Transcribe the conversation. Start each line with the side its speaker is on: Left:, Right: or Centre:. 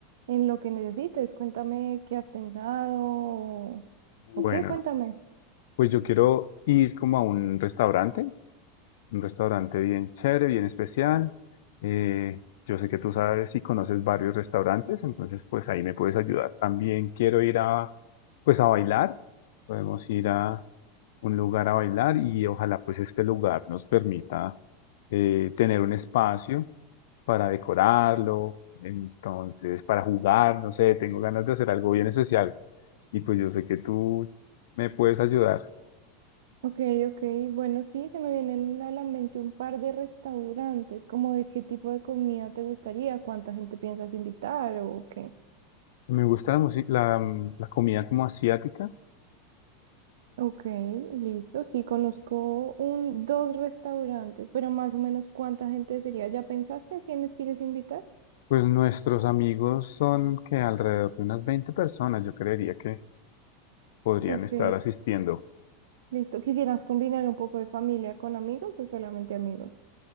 Right: en lo que necesites. Cuéntame qué has pensado o
Left: Bueno,
Right: o qué, cuéntame.
Left: pues yo quiero ir como a un restaurante un restaurante bien chévere, bien especial. Eh, yo sé que tú sabes y conoces varios restaurantes, entonces pues ahí me puedes ayudar. También quiero ir a, pues a bailar. Podemos ir a un lugar a bailar y ojalá pues este lugar nos permita eh, tener un espacio para decorarlo, entonces para jugar, no sé, tengo ganas de hacer algo bien especial. Y pues yo sé que tú me puedes ayudar.
Right: Ok, ok, bueno, sí, se me vienen a la mente un par de restaurantes, como de qué tipo de comida te gustaría, cuánta gente piensas invitar o qué.
Left: Me gusta la, musi- la, la comida como asiática,
Right: Ok, listo. Sí, conozco un, dos restaurantes, pero más o menos cuánta gente sería. ¿Ya pensaste a quiénes quieres invitar?
Left: Pues nuestros amigos son que alrededor de unas 20 personas, yo creería que podrían
Right: Ok,
Left: estar asistiendo.
Right: listo. ¿Quisieras combinar un poco de familia con amigos o solamente amigos?